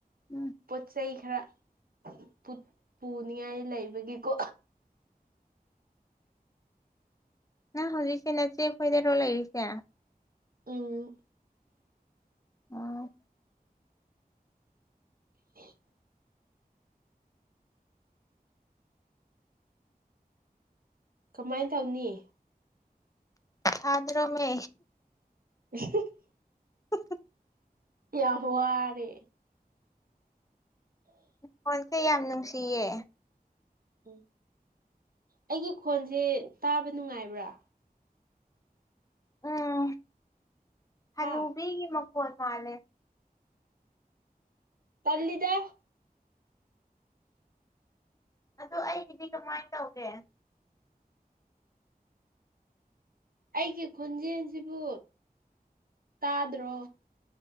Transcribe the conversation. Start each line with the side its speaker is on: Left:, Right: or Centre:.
Left: ꯎꯝ
Right: ꯄꯣꯠ ꯆꯩꯩ ꯈꯔ ꯄꯨꯠ ꯄꯨꯅꯤꯡꯉꯥꯏ ꯂꯩꯕꯒꯤꯀꯣ
Left: ꯅꯪ ꯍꯧꯖꯤꯛꯁꯦ ꯅꯆꯦ ꯈꯣꯏꯗꯔꯣ ꯂꯩꯔꯤꯁꯦ
Right: ꯎꯝ
Left: ꯑ
Right: <unintelligible> ꯀꯃꯥꯏꯟ ꯇꯧꯅꯤ
Left: ꯁꯥꯗ꯭ꯔꯣ ꯃꯦ
Right: <unintelligible>
Left: <unintelligible>
Right: ꯌꯥꯝ ꯋꯥꯔꯦ
Left: ꯈꯣꯟꯁꯦ ꯌꯥꯝ ꯅꯨꯡꯁꯤꯌꯦ
Right: <unintelligible> ꯑꯩꯒꯤ ꯈꯣꯟꯁꯦ ꯇꯥꯕ ꯅꯨꯡꯉꯥꯏꯕ꯭ꯔꯥ
Left: ꯎꯝ ꯍꯅꯨꯕꯤꯒꯤ
Right: ꯍꯥ
Left: ꯃꯈꯣꯟ ꯃꯥꯜꯂꯦ
Right: ꯇꯜꯂꯤꯗ
Left: ꯑꯗꯣ ꯑꯩꯒꯤꯗꯤ ꯀꯃꯥꯏꯟ ꯇꯧꯒꯦ
Right: ꯑꯩꯒꯤ ꯈꯣꯟꯖꯦꯟꯁꯤꯕꯨ ꯇꯥꯗ꯭ꯔꯣ